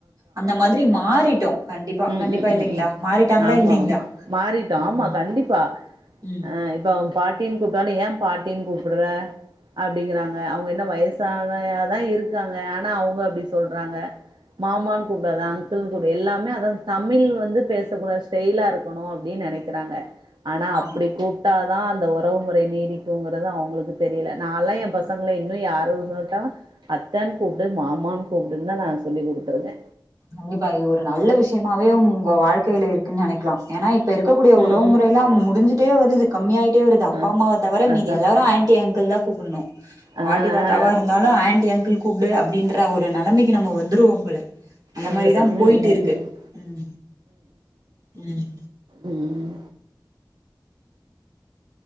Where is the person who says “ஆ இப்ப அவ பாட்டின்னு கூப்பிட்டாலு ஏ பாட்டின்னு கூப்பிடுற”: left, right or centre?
Right